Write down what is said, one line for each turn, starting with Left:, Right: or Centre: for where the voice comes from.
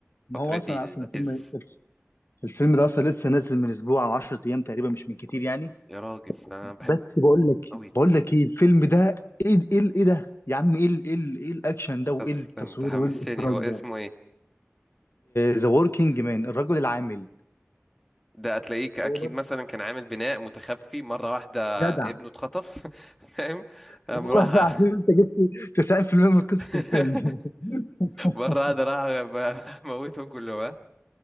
Left: ما
Centre: فترتي
Left: هو اصلا
Centre: العز
Left: اصلا الفيلم الفيلم ده اصلا لسه نازل من اسبوع او 10 ايام تقريبا مش من كتير يعني
Centre: يا راجل انا بحبه
Left: بس بقول لك
Centre: قوي
Left: بقول لك ايه الفيلم ده ايه ايه ايه ده يا عم ايه ال- ايه ال- ايه الاكشن ده وايه
Centre: طب استنى
Left: التصوير
Centre: انت حمستني
Left: وايه الاخراج
Centre: هو
Left: ده
Centre: اسمه ايه
Left: ذا وركينج مان الرجل العامل
Centre: ده هتلاقيك اكيد
Left: هو برضه
Centre: مثلا كان عامل بناء متخفي مره واحده
Left: جدع
Centre: ابنه اتخطف <laughs> فاهم قام
Left: والله
Centre: راح
Left: العظيم انت جبت 90% من قصه
Centre: <laughs>
Left: الفيلم <laughs>
Centre: مره واحده راح ب- موتهم كلهم ها